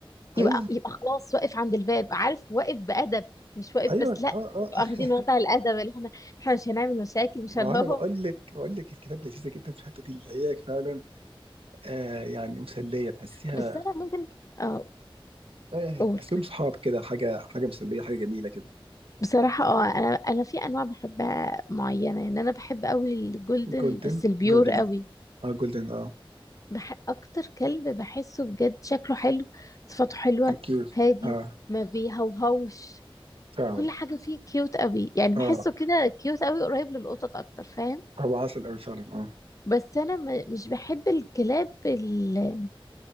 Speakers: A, on the right; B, on the left.
A: ايوه
B: يبقى يبقى خلاص واقف عند الباب عارف واقف بأدب مش واقف
A: ايوه
B: بس لا
A: اه اه
B: نبقى
A: <laughs>
B: واخدين وضع الأدب اللي احنا احنا مش هنعمل مشاكل مش
A: ما
B: هنهرب
A: انا بقول لك بقول لك الكلاب لذيذه جدا في الحته دي اللي هي فعلا آه يعني مسليه تحسيها
B: بس انا ممكن اه
A: آه يعني
B: قول
A: تحسهم صحاب كده حاجه حاجه مسليه حاجه جميله كده
B: بصراحة اه انا انا في انواع بحبها معينة يعني انا بحب قوي الجولدن
A: جولدن
B: بس البيور
A: جولدن
B: قوي
A: اه جولدن اه
B: بح اكتر كلب بحسه بجد شكله حلو صفاته حلوة
A: كيوت
B: هادي
A: اه
B: ما بيهوهوش
A: فعلا
B: كل حاجة فيه كيوت قوي يعني
A: اه
B: بحسه كده كيوت قوي قريب للقطط اكتر فاهم
A: هو عسل قوي فعلا اه
B: بس انا م- مش بحب الكلاب ال-